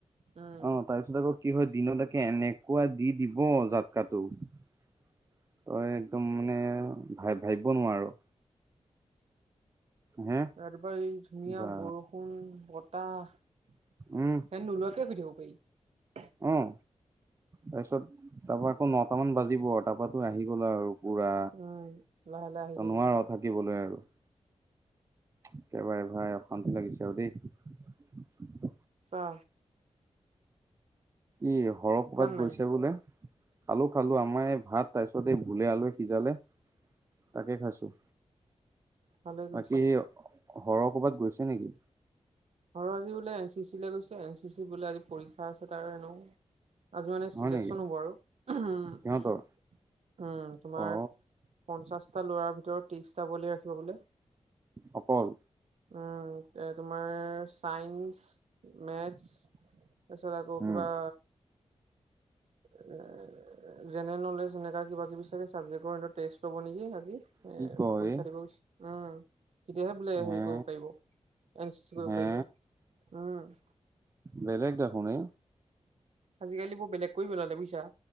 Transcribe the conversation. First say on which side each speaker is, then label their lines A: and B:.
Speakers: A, on the right; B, on the right.
A: উম
B: অ', তাৰপিছত আকৌ কি হয় দিনো তাকে এনে পুৱা দি দিব জাতকাটো তই একদম মানে ভ ভাবিব নোৱাৰো। হে
A: ৰাতিপুৱা এই ধুনীয়া
B: বা
A: বৰষুণ বতাহ
B: উম
A: ফেন নোলোৱাকে এ <unintelligible>
B: অ', তাৰপিছত তাৰপা আকৌ নটামান বাজিব আৰু তাৰাপো আহি গ'ল আৰু কুৰা
A: উম লাহে লাহে আহি থাকিব
B: নোৱাৰো থাকিবলৈ আৰু একেবাৰে ভাই অশান্তি লাগিছে আৰু দেই
A: অ'হ।
B: ই হৰপপাত গৈছে
A: নাই
B: বোলে খালো খালো আমাৰ ভাত তাৰ পিছত এই ভোলে আলুৱে সিজালে তাকে খাইছো
A: ভালকুম
B: বাকী
A: ছলাম
B: সেই সৰহ কৰবাত গৈছে নেকি?
A: আৰু আজি বোলে এন চি চিৈ গৈছে এন চি চি বোলে আজি পৰীক্ষা আছে তাৰ হেনো আজি মানে চিলেকচন
B: হয় নেকি
A: হ'ব আৰু উম
B: সিহঁতৰ
A: উম তোমাৰ
B: অ
A: পঞ্চাশটা লৰাাৰ ভিতৰত ত্ৰিশটা বলি ৰাখিব বোলে
B: অপল
A: উম এ তোমাৰ চাইন্স মেথছ তাৰছত আকৌ
B: উম
A: কিবা এ জেনেৰেল নলেজ এনেকা কিবা কিবি চাগে চাবজেক্টৰত টেষ্ট লব নেকি আজি এ পৰীক্ষা
B: কি কয়
A: দিব উম তেতিয়াহে বোলে
B: হে
A: হেৰি কৰিব পাৰিব এন চি চি কৰিব
B: হে
A: পাৰিব উম
B: বেলেগ দেখোননে
A: আজিকালি বেলেগ কৰি পেলালে বুজছা